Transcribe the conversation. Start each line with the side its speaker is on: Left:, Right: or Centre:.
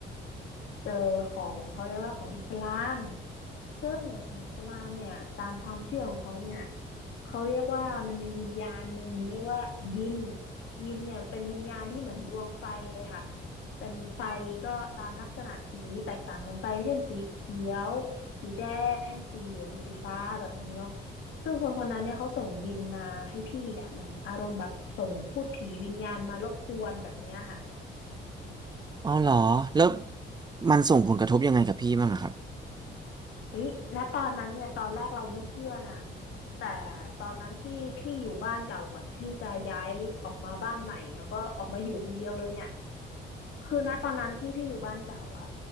Left: เจอของเขาเรียกว่าของอิสลาม ซึ่งของอิสลามเนี่ยตามความเชื่อของเขาเนี่ยเขาเรียกว่ามันมีวิญญาณหนึ่งเรียกว่ายินยินเนี่ยเป็นวิญญาณที่เหมือนดวงไฟเลยค่ะเป็นไฟก็ตามลักษณะสีแตกต่างกันไปเช่นสีเขียวสีแดงสีเหลืองสีฟ้าแบบนี้เนาะซึ่งคนคนนั้นเนี่ยเขาส่งยินมาให้พี่อ่ะเหมันอารมณ์แบบส่งพูดผีวิญญาณมารบกวนแบบเนี้ยค่ะ
Right: อ๋อเหรอแล้วมันส่งผลกระทบยังไงกับพี่บ้างอะครับ
Left: วิณตอนนั้นเนี่ยตอนแรกเราไม่เชื่อนะแต่ตอนนั้นที่พี่อยู่บ้านเก่าก่อนที่พี่จะย้ายออกมาบ้านใหม่แล้วก็ออกมาอยู่คนเดียวเลยเนี่ยคือณตอนนั้นที่พี่อยู่บ้านเก่าอ่ะ